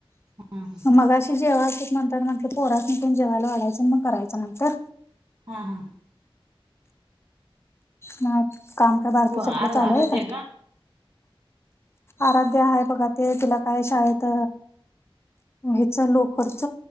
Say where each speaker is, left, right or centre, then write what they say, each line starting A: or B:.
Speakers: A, on the right; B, on the left.
A: हा हा!
B: मगाशी जेवाय आलतेत म्हणताना म्हटलं पोरास्नी पण जेवायला वाढायं मग कयचं नंतर.
A: हा!
B: मग काम का बारकीेच्या
A: हो आर
B: आपलं चालू
A: आराध्या
B: आहे का? आराध्य्या आहे बघा ते तिला काय शाळेत हच लोकरच